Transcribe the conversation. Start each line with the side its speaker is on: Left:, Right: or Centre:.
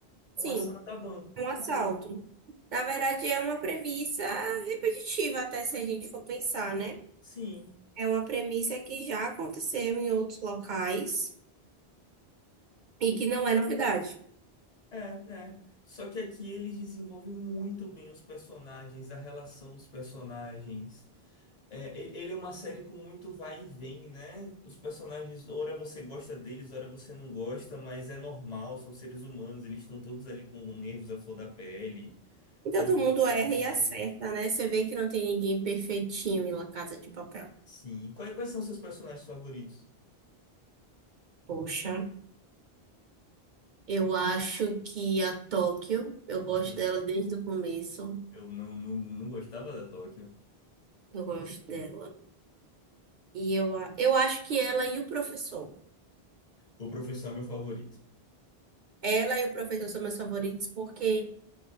Left: Um
Right: Sim,
Left: assalto a banco.
Right: um assalto.
Left: Acabou.
Right: Na verdade, é uma premissa repetitiva, até se a gente for pensar, né?
Left: Sim.
Right: É uma premissa que já aconteceu em outros locais e que não é novidade.
Left: É, né? Só que aqui eles desenvolvem muito bem os personagens, a relação dos personagens. É, e- ele é uma série com muito vai e vem, né? Os personagens, ora você gosta deles, ora você não gosta, mas é normal, são seres humanos, eles estão todos ali com nervos à flor da pele,
Right: E
Left: como
Right: todo mundo erra e acerta,
Left: é.
Right: né? Você vê que não tem ninguém perfeitinho em La Casa de Papel.
Left: Sim. Quais, quais são seus personagens favoritos?
Right: Poxa, eu acho que a Tóquio, eu gosto
Left: Hum,
Right: dela desde o começo.
Left: Eu não, não, não gostava da Tóquio.
Right: Eu gosto dela. E eu, a- eu acho que ela e o professor.
Left: O professor é meu favorito.
Right: Ela e o professor são meus favoritos porque